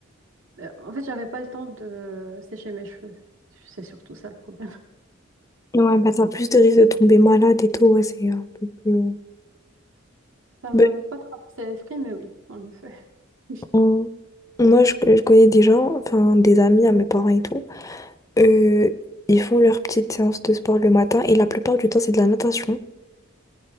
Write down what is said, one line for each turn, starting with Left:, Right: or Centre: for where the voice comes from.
Right: Euh, En fait, j'avais pas le temps de sécher mes cheveux. C'est surtout ça le problème. <laughs>
Left: Ouais, bah t'as plus de risques de tomber malade et tout, ouais, c'est un peu plus...
Right: Ça
Left: Ben,
Right: m'avait pas traversé l'esprit, mais oui, en effet. <laughs>
Left: on- Moi, je, je connais des gens, enfin des amis à mes parents et tout, euh, ils font leur petite séance de sport le matin et la plupart du temps, c'est de la natation.